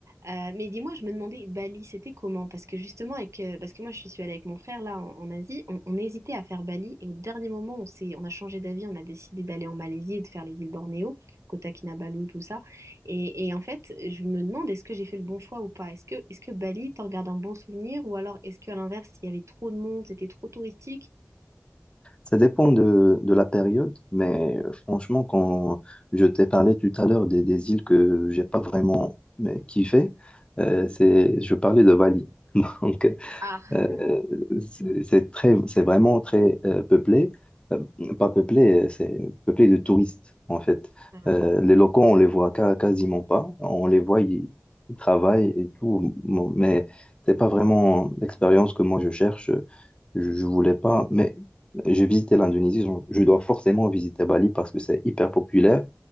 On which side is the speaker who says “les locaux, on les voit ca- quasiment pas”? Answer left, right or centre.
Left